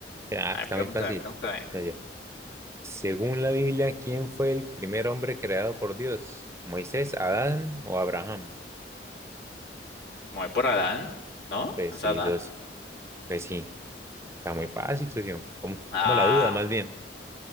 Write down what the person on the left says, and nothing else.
A ver,
pregúntame,
pregúntame.
Me voy por Adán, ¿no?
¿Es
Adán?
Ah,